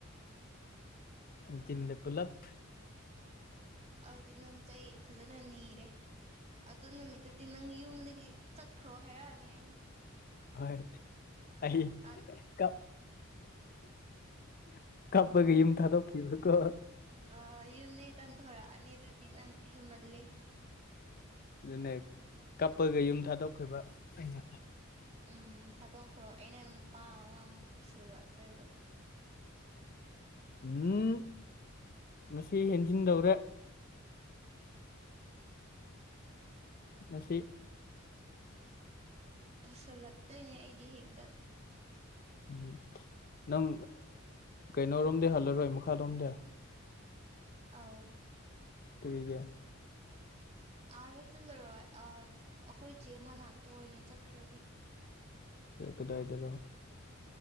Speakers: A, on the left (about 45°); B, on the right (about 30°).
A: ꯀꯅꯦ ꯄꯨꯂꯞ
B: ꯑꯗꯨꯗꯤ ꯅꯪꯖ ꯐꯖ ꯅ ꯅꯤꯔꯦ ꯑꯗꯨ ꯅꯨꯃꯤꯠꯇꯗꯤ ꯅꯪ ꯌꯨꯝꯗꯒꯤ ꯆꯠꯈ꯭ꯔꯣ ꯍꯥꯏꯔꯛꯑꯅꯤ ꯑꯩꯅ
A: ꯍꯣꯏ ꯑꯩ
B: ꯇꯥꯟ
A: ꯀ <inaudible> ꯍꯥꯞꯄꯒ ꯌꯨꯝ ꯊꯥꯗꯣꯛꯈꯤꯕꯀꯣ
B: ꯑ ꯏ ꯅꯩ ꯇꯣꯔ ꯑꯅꯩ ꯑꯗꯨꯗꯤ ꯅꯪ ꯍꯃꯜꯦ
A: ꯑꯗꯨꯅꯦ ꯀꯞꯄꯒ ꯌꯨꯝ ꯊꯥꯗꯣꯛꯈꯈꯤꯕ ꯑꯩꯅ
B: ꯎꯝ ꯊꯥꯗꯣꯛꯈ꯭ꯔꯣ ꯑꯩꯅ ꯅꯨꯄꯥ ꯑꯃꯃꯨꯛ ꯄꯨꯁꯤꯜꯂꯛꯇꯣꯏꯕ
A: ꯎꯝ ꯃꯁꯤ ꯍꯦꯟꯖꯤꯟꯗꯧꯔꯦ ꯃꯁꯤ
B: ꯄꯨꯁꯤꯜꯂꯛꯇꯣꯏꯅꯦ ꯑꯩꯗꯤ ꯍꯦꯛꯇ
A: ꯎꯝ ꯅꯪ ꯀꯩꯅꯣꯔꯣꯝꯗꯤ ꯍꯜꯂꯔꯣꯏ ꯃꯈꯥꯜꯂꯣꯝꯗ
B: ꯑꯥꯎ <inaudible>
A: ꯊꯒꯦ
B: ꯑꯥꯗ ꯆꯠꯂꯔꯣꯏ ꯑꯩꯈꯣꯏꯁꯦ ꯃꯅꯥꯛꯇ ꯑꯣꯏꯅ ꯆꯠꯈ꯭ꯔꯒꯦ
A: ꯆ ꯀꯗꯥ ꯏꯗꯔꯣ